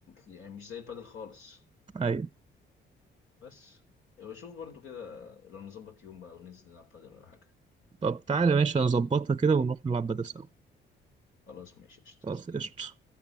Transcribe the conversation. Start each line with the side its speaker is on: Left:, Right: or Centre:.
Left: يعني مش زي البادل خالص
Right: ايوه
Left: بس وشوف برضو كده لو نظبط يوم بقى وننزل نلعب بدل ولا حاجة
Right: طب تعالى ماشي نظبطها كده ونروح نلعب بدل سوا
Left: خلاص ماشي قشطة
Right: خلاص قشطة